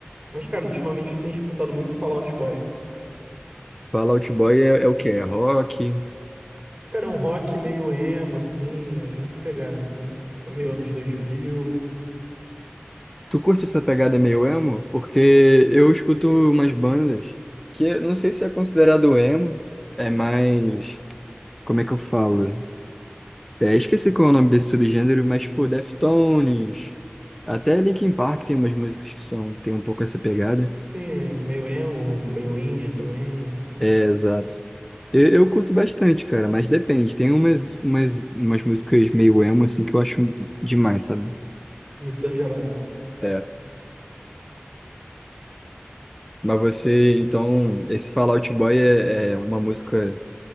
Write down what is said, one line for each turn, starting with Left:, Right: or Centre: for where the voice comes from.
Right: Mas, cara, ultimamente eu tenho escutado muito Fallout Boy.
Centre: Fall Out Boy é, é o quê? É rock?
Right: Cara, é um rock meio emo, assim, nessa pegada, entendeu? É Meio anos dois mil
Centre: Tu curte essa pegada meio emo? Porque eu escuto umas bandas que eu não sei se é considerado emo, é mais. Como é que eu falo? É, esqueci qual é o nome desse subgênero, mas, pô, Deftones. Até Linkin Park tem umas músicas que são, tem um pouco essa pegada.
Right: Sim, é meio emo, meio indie também.
Centre: É, exato. Eu, eu curto bastante, cara, mas depende. Tem umas, umas, umas músicas meio emo, assim, que eu acho demais, sabe?
Right: Muito exagerado, né?
Centre: É. Mas você, então, esse Fall Out Boy é é uma música.